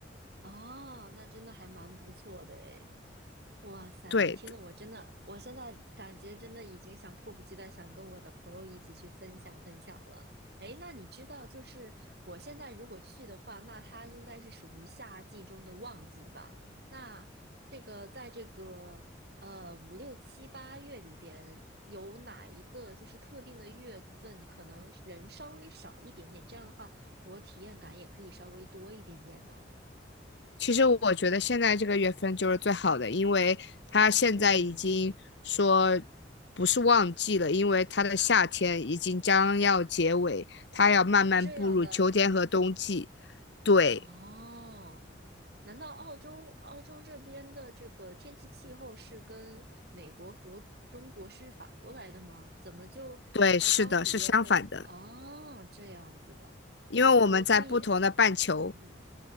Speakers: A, on the right; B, on the left.
A: 啊，那真的还蛮不错的诶。哇塞，
B: 对，
A: 你听得我真的，我现在感觉真的已经想迫不及待想跟我的朋友一起去分享分享了。诶，那你知道，就是我现在如果去的话，那它应该是属于夏季中的旺季吧？那这个在这个呃五六七八月里边，有哪一个就是特定的月份可能人稍微少一点点？这样的话，我体验感也可以稍微多一点点呢。
B: 其实我觉得现在这个月份就是最好的，因为它现在已经说
A: 嗯嗯，
B: 不是旺季了，因为它的夏天已经将要结尾，它要慢慢步入秋天和冬季。
A: 这样的。
B: 对，
A: 哦，难道澳洲澳洲这边的这个天气气候是跟美国和中国是反过来的吗？怎么就才刚五月份？
B: 对，是的，是相反的，
A: 哦，这样子的。
B: 因为我们在不同的半球，
A: 哦，那我可以，嗯嗯，